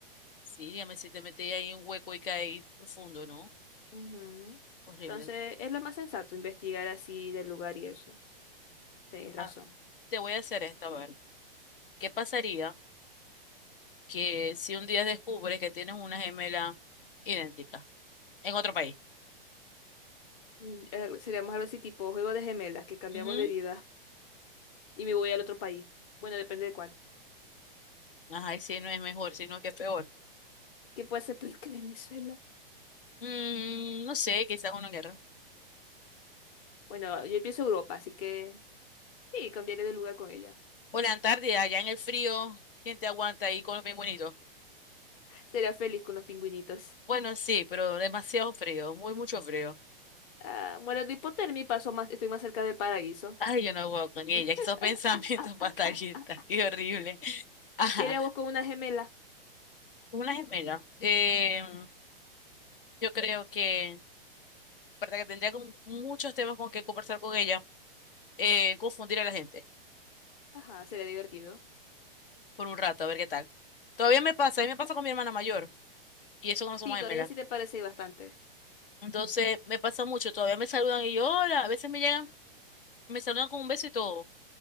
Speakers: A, on the left; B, on the left.
A: sí, dígame si te metes ahí en un hueco y caes profundo, ¿no?
B: Ujú.
A: Horrible.
B: Entonces, es lo más sensato investigar así del lugar y eso. Tenéis
A: Ah,
B: razón.
A: te voy a hacer esta, a ver. ¿Qué pasaría que si un día descubres que tienes una gemela idéntica en otro país?
B: Mm, eh, Seríamos algo así tipo juego de gemelas que cambiamos
A: Ujú.
B: de vida y me voy al otro país. Bueno, depende de cuál.
A: Ajá, y si no es mejor, sino que es peor.
B: ¿Qué puede ser peor que <laughs> Venezuela?
A: Mm, no sé, quizás una guerra.
B: Bueno, yo pienso Europa, así que. Sí, cambiaré de lugar con ella.
A: O la Antártida, allá en el frío, ¿quién te aguanta ahí con los pingüinitos?
B: Sería feliz con los pingüinitos.
A: Bueno, sí, pero demasiado frío, muy mucho frío.
B: Ah, muero de hipotermia y paso más, estoy más cerca del paraíso.
A: Ay, yo no puedo con ella,
B: <laughs>
A: que esos <laughs> pensamientos
B: Ah,
A: fatalistas,
B: ah, ah.
A: qué horrible. Ajá,
B: ¿Qué haríamos con una gemela?
A: una gemela. Eh, yo creo que, verdad que tendría como muchos temas con que conversar con ella, eh, confundir a la gente
B: Ajá, sería divertido.
A: por un rato, a ver qué tal. Todavía me pasa, a mí me pasa con mi hermana mayor, y eso que no somos
B: Sí, con
A: gemelas.
B: ella sí te parece bastante.
A: Entonces, me pasa mucho, todavía me saludan y yo, hola, a veces me llegan, me saludan con un beso y todo.